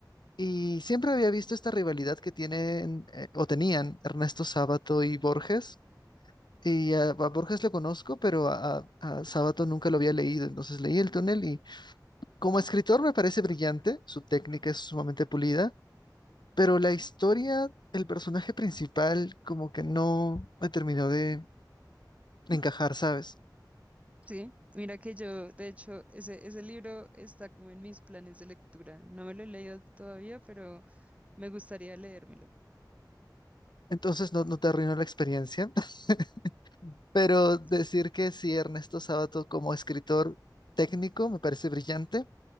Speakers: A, on the left; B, on the right.
A: y siempre había visto esta rivalidad que tienen eh, o tenían Ernesto Sábato y Borges. Y a, a Borges lo conozco, pero a, a- a Sábato nunca lo había leído. Entonces leí El túnel y como escritor me parece brillante, su técnica es sumamente pulida, pero la historia, el personaje principal como que no me terminó de encajar, ¿sabes?
B: Sí, mira que yo, de hecho, ese, ese libro está como en mis planes de lectura. No me lo he leído todavía, pero me gustaría leérmelo.
A: Entonces no, no te arruinó la experiencia, <laughs> pero decir
B: Ok,
A: que sí, Ernesto Sábato como escritor técnico me parece brillante